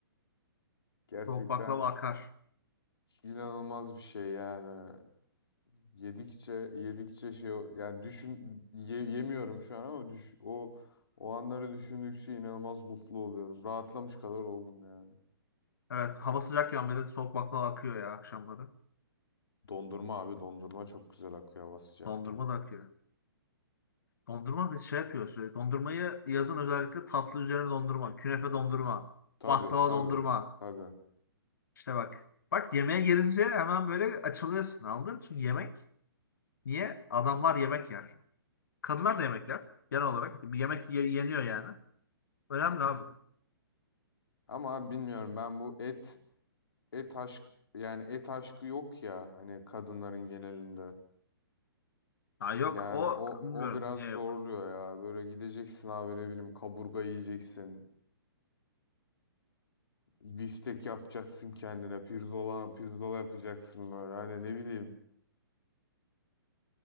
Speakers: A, on the left (about 80°); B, on the left (about 55°).
A: gerçekten
B: Soğuk baklava akar.
A: inanılmaz bir şey yani. Yedikçe yedikçe şey o- yani düşün ye- yemiyorum şu an ama düş, o o anları düşündükçe inanılmaz mutlu oluyorum. Rahatlamış kadar oldum yani.
B: Evet hava sıcakken bile soğuk baklava akıyor ya akşamları.
A: Dondurma abi dondurma çok güzel akıyor hava sıcakken.
B: Dondurma da akıyor. Dondurma biz şey yapıyoruz. sürekli. Dondurmayı yazın özellikle tatlı üzerine dondurma. Künefe dondurma.
A: Tabii
B: Baklava
A: tabii
B: dondurma.
A: tabii.
B: İşte bak. Bak yemeğe gelince hemen böyle açılıyorsun anladın? Çünkü yemek. Niye? Adamlar yemek yer. Kadınlar da yemek yer. Genel olarak. Bir yemek ye- yeniyor yani. Önemli abi.
A: Ama abi bilmiyorum ben bu et et aşk yani et aşkı yok ya hani kadınların genelinde.
B: Ha yok
A: Yani
B: o
A: o
B: bilmiyorum
A: o biraz
B: niye
A: zorluyor
B: yok.
A: ya. Böyle gideceksin abi ne bileyim kaburga yiyeceksin. Biftek yapacaksın kendine. Pirzola, pirzola yapacaksın böyle. Hani ne bileyim.